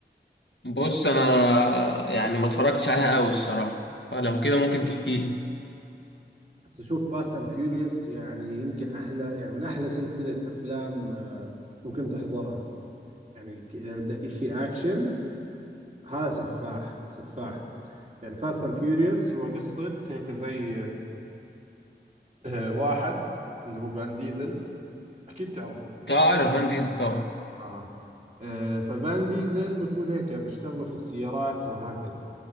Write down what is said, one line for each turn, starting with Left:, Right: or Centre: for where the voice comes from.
Left: بص انا يعني ما اتفرجتش عليها قوي الصراحه فلو كده ممكن تحكي لي
Right: هسا شوف فاست اند فيوريوس يعني يمكن احلى يعني من احلى سلسلة افلام آه، ممكن تحضرها يعني ك- إذا بدك إشي أكشن هذا سفاح سفاح يعني فاست أند فيوريوس هو قصة هيك زي آه، واحد اللي هو فان ديزل أكيد تعرفه
Left: تعرف فان ديزل طبعا
Right: آه. آه ففان ديزل بيكون هيك بيشتغلوا في السيارات وهكذا